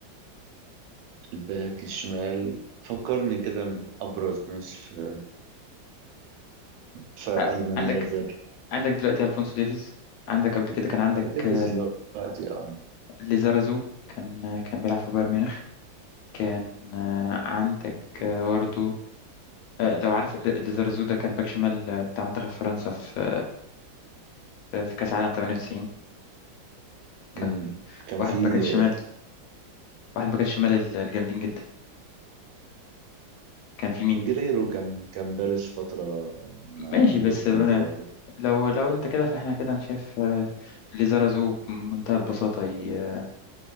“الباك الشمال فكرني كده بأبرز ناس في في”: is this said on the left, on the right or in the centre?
Right